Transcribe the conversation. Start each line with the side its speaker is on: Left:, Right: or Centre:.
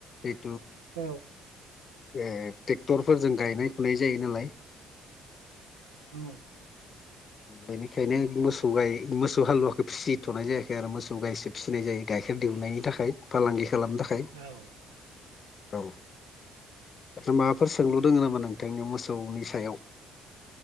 Left: बे'
Right: औ
Left: ए ट्रेक्टरफोरजों गायनाय फुनाय जायो नालाय
Right: माव
Left: बेनिखायनो मोसौ गाय मोसौ हालुवाखौ फिसिथ'नाय जायाखै आरो मोसौ गायसो फिसिनाय जायो गाइखेर दिहुननायनि थाखाय फालांगि खालामनो थाखाय
Right: औ
Left: औ ओफ्राय माबाफोर सोंलु दोङ नामा नोंथांनि मोसौनि सायाव?